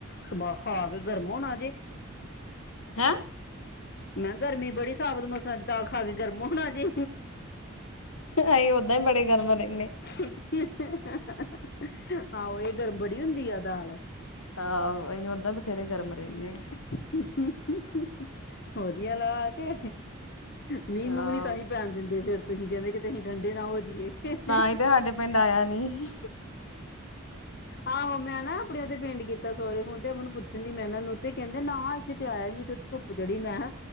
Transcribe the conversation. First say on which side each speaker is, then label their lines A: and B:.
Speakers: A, on the left (about 50°); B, on the left (about 85°).
A: ਸੁ ਬਾ ਖਾ ਕੇ ਗਰਮ ਹੋਣਾ ਜੇ।
B: ਹੈਂ।
A: ਮੈਂ ਗਰਮੀ ਬੜੀ ਸਾਬਤ ਮਸਰਾਂ ਦੀ ਦਾਲ ਖਾ ਕੇ ਗਰਮ ਹੋਣਾ ਜੇ।
B: ਅਹੀ ਓਦਾਂ ਈ ਬੜੇ ਗਰਮ ਆ ਤੇ।
A: <unintelligible> ਆਓ ਏ ਗਰਮ ਬੜੀ ਹੁੰਦੀ ਆ ਦਾਲ
B: ਆਹੋ ਅਹੀ ਓਦਾਂ ਬਥੇਰੇ ਗਰਮ ਰਹਿੰਨੇ ਆ
A: <unintelligible> ਵਧੀਆ ਲਾ ਕੇ ਮੀਂਹ
B: ਆਹੋ
A: ਮੂੰਹ ਨੀ ਤਾਂ ਹੀ ਪੈਣ ਦਿੰਦੇ ਫੇਰ ਤੁਹੀ ਕਹਿੰਦੇ ਕਿ ਤੁਸੀਂ ਠੰਡੇ ਨਾ ਹੋ ਜੀਏ ਹੂੰ
B: ਤਾਂ ਹੀ ਤੇ ਸਾਡੇ ਪਿੰਡ ਆਇਆ ਨੀ
A: ਆਓ ਮੈਂ ਨਾ ਆਪਣੇ ਓਦੇ ਪਿੰਡ ਕੀਤਾ ਸੋਰੇ ਫੋਨ ਤੇ ਮੈਨੂੰ ਪੁੱਛਣ ਦੀ ਮੈਂ ਐਨਾ ਨੂੰ ਤੇ ਕ <unintelligible> ਨਾ ਇੱਥੇ ਤੇ ਆਇਆ ਨੀ <unintelligible> ਧੁੱਪ ਚੜੀ ਮੈਂਹਾ